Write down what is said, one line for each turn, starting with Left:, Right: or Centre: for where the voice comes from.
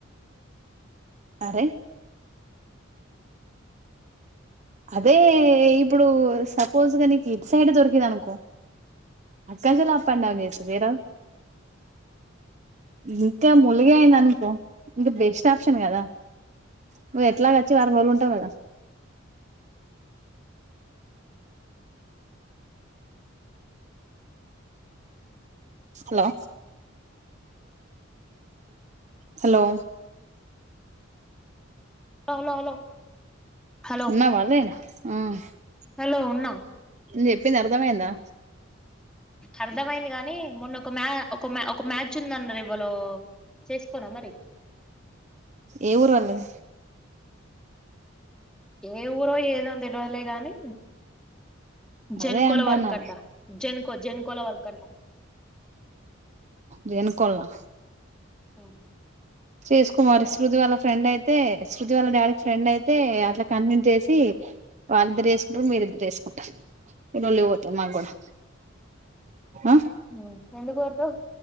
Right: అరే అదే ఇప్పుడు సపోజ్గా నీకు ఇట్ సైడ్ దొరికిది అనుకో, అక్కంచలో అప్ అండ్ డౌన్ చేసి వేరు ఇంకా ములిగ అయింది అనుకో ఇంగ బెస్ట్ ఆప్షన్ కదా, నువ్వు ఎట్లాగ వచ్చి వారం రోజులు ఉంటావు కదా. స్ లో హలో
Centre: లౌలౌలో హలో
Right: ఉన్నావా లేనా ఆ
Centre: హలో ఉన్నా
Right: నేం చెప్పింది అర్థమైందా
Centre: అర్థమయింది కానీ మొన్న ఒక మ్యా ఒక మ ఒక మ్యాచ్ ఉందన్నరు ఎవలో చేసుకోరా మరి,
Right: ఏ ఊరు వాళ్లది
Centre: ఏ ఊరో ఏదో తెలవదులె కానీ జెన్కోలా
Right: అదే అంటానా
Centre: వర్కంట జెన్ కొజెన్ కోలా వర్కన్
Right: వెనుకోల్లా
Centre: మ్మ్
Right: చేసుకోమరి శృతి వాళ్ళ ఫ్రెండ్ అయితే శృతి వాళ్ళ డాడీకి ఫ్రెండ్ అయితే అట్లా కన్వెన్స్ చేసి వాళ్ళిద్దరు చేసుకుంటారు మీరిద్దరు చేసుకుంటారు లొల్లి పోద్ది మా గూడా అ
Centre: మ్మ్ ఎందుకొడతావ్